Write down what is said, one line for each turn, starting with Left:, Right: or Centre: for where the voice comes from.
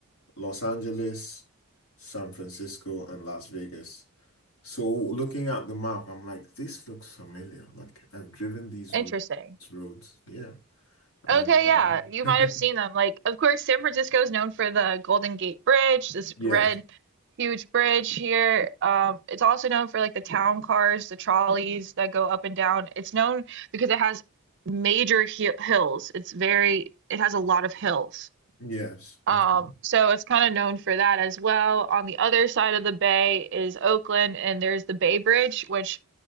Left: Los Angeles, San Francisco, and Las Vegas. So looking at the map, I'm like, this looks familiar. Like I've driven these
Right: Interesting.
Left: routes, roads. Yeah. And
Right: Okay, yeah, you
Left: um,
Right: might have seen
Left: <laughs>
Right: them. Like, of course, San Francisco is known for the Golden Gate Bridge, this
Left: yes,
Right: red, huge bridge here. Um, it's also known for like the town cars, the trolleys that go up and down. It's known because it has major hi hills. It's very, it has a lot of hills.
Left: yes.
Right: Um,
Left: Okay.
Right: so it's kind of known for that as well. On the other side of the bay is Oakland, and there's the Bay Bridge, which